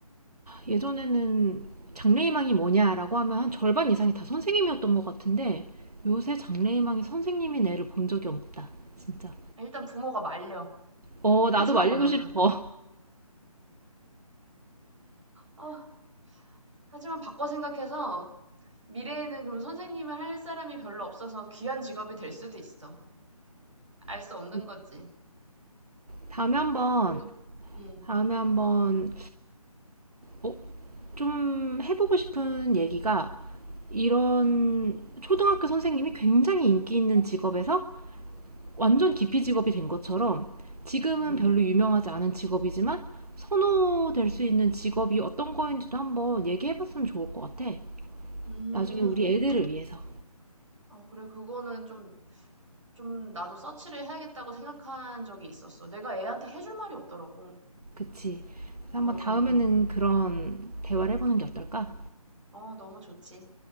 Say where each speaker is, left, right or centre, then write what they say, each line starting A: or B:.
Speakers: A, on the right (about 80°); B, on the right (about 55°).
A: 예전에는 장래희망이 뭐냐라고 하면 한 절반 이상이 다 선생님이었던 것 같은데, 요새 장래희망이 선생님인 애를 본 적이 없다. 진짜.
B: 일단 부모가 말려.
A: 어,
B: 하지
A: 나도
B: 말라.
A: 말리고 싶어.
B: 아, 하지만 바꿔 생각해서 미래에는 그럼 선생님을 할 사람이 별로 없어서 귀한 직업이 될 수도 있어. 알 수
A: <laughs>
B: 없는 거지.
A: 다음에 한번,
B: 그래? 응,
A: 다음에 한번, 어, 좀 해보고 싶은 얘기가 이런 초등학교 선생님이 굉장히 인기 있는 직업에서 완전 기피 직업이 된 것처럼 지금은
B: 응.
A: 별로 유명하지 않은 직업이지만 선호될 수 있는 직업이 어떤 거인지도 한번 얘기해봤으면 좋을 것 같아.
B: 음.
A: 나중에 우리 애들을 위해서.
B: 아, 그래. 그거는 좀, 좀 나도 서치를 해야겠다고 생각한 적이 있었어. 내가 애한테 해줄 말이 없더라고.
A: 그치. 그래서
B: 어,
A: 한번 다음에는 그런 대화를 해보는 게 어떨까?
B: 어, 너무 좋지.